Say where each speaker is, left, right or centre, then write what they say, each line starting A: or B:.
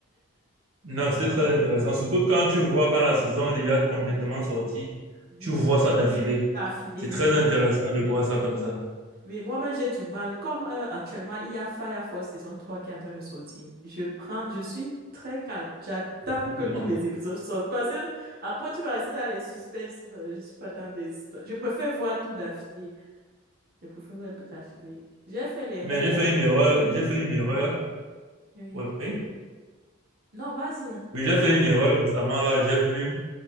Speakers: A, on the right (about 75°); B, on the right (about 45°).
A: Non, c'était très intéressant. Surtout quand tu vois quand la saison est déjà complètement sortie,
B: Oui,
A: tu vois ça d'affilée.
B: d'affilée,
A: C'est très
B: oui.
A: intéressant de
B: Oui,
A: voir ça
B: oui.
A: comme ça.
B: Oui, moi-même, j'ai du mal. Comme euh, actuellement, il y a Fire Force saison 3 qui est en train de sortir. Je prends, je suis très calme. J'attends
A: Exactement.
B: que tous les épisodes sortent. Parce que après, tu vas rester dans les suspens. Non, je suis pas dans les histoires. Je préfère voir tout d'affilée. Je préfère voir tout d'affilée. J'ai fait l'erreur
A: Mais j'ai
B: là.
A: fait une erreur. J'ai fait une erreur.
B: Oui.
A: Oui.
B: Non, vas-y.
A: Oui, J'ai fait une erreur récemment là. J'ai vu,